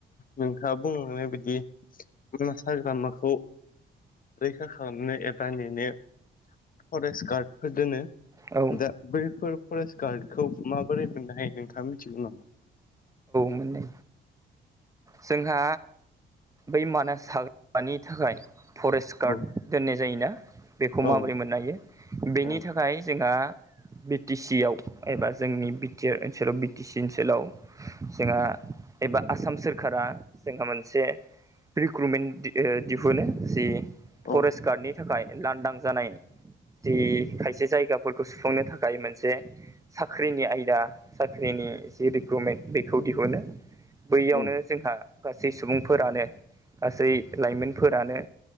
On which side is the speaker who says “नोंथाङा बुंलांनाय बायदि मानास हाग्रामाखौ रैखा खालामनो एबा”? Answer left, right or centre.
Left